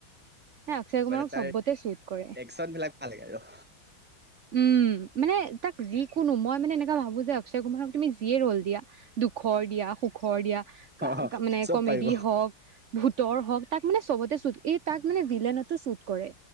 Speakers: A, on the right; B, in the centre.
A: ন অক্ষয় কুমাৰক
B: মানে তাৰ
A: চবতে শ্বুট কৰে
B: একচন বিলাক ভাল লাগে আৰু।
A: উম, মানে তাক যিকোনো মই মানে এনেকুৱা ভাবো যে অক্ষয় কুমাৰক তুমি যিয়ে ৰ'ল দিয়া দুখৰ দিয়া সুখৰ দিয়া
B: অ',
A: মানে
B: চব
A: ক-কমেডি
B: পাৰিব।
A: হওক ভূতৰ হওক, তাক মানে চবতে শুট, এই তাক মানে ভিলেনতো শ্বুট কৰে।